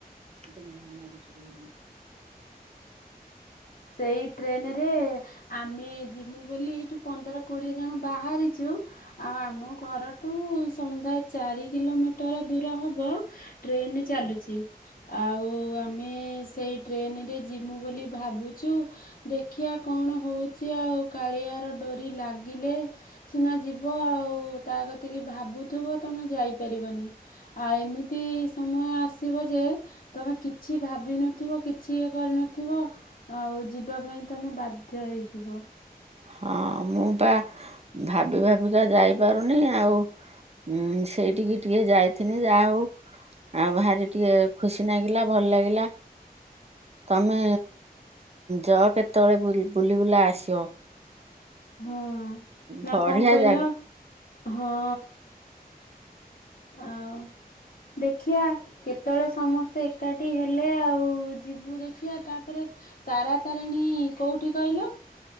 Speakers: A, on the right; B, on the left.
A: <unintelligible>
B: ସେଇ ଟ୍ରେନରେ ଆମେ ଯିବୁ ବୋଲି ଏଠି ପନ୍ଦର କୋଡିଏ ଜଣ ବାହାରିଛୁ। ଆଉ ଆମ ଘରଠୁ ସମୁଦାୟ ଚାରି କିଲୋମିଟର ଦୂର ହବ। ଟ୍ରେନ ଚାଲୁଛି। ଆଉ ଆମେ ସେଇ ଟ୍ରେନରେ ଯିମୁ ବୋଲି ଭାବୁ ଚୁ ଦେଖଆ କଣ ହଉଚି ଆଉ କାଳିଆର ଡୁରି ଲାଗିଲେ। ସିନା ଯିବ ଆଉ ତା କତିକିି ଭାବୁଥିବ ତମେ ଯାଇପାରିବନି। ଆଉ ଏମିତି ସମୟ ଆସିବ ଯେ। ତମେ କିଛି ଭାବିିନଥିବ କିଛି ଇଏ କରିନଥିବ। ଆଉ ଯିବା ପାଇଁ ତମେ ବାଧ୍ୟ ହେଇଯିବ।
A: ହଁ ମୁଁ ବା ଭାବି ଭାବିକା ଯାଇପାରୁନି ଆଉ। ହଁ ସେଇଠିକି ଟିକେ ଯାଏ ଯା ହଉ ଆଉ ଭାରି ଟିକେ ଖୁସି ନାଗିଲା ଭଲ ଲାଗିଲା। ତମେ ଯଅ କେତେବେଳେ ବୁଲି ବୁଲା ଆସିବ।
B: ହଁ ନା
A: ବଢିଆ
B: କଣ କହିଲ
A: ଜାଗା
B: ହଁ। ଆଉ ଦେଖିଆ। କେତେବେଳେ ସମସ୍ତେ ଏକାଠି ହେଲେ ଆଉ ଯିବୁ ଦେଖିଆ ତାପରେ। ତାରା ତାରେଣୀ କୋଉଠି କହିଲ?